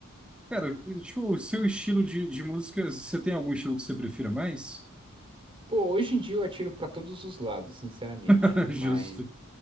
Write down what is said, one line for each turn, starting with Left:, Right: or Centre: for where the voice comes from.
Centre: cara, tipo, o seu estilo de, de música, você tem algum estilo que você prefira mais?
Right: Pô, hoje em dia eu atiro pra todos os lados, sinceramente.
Centre: <laughs> Justo.
Right: Mas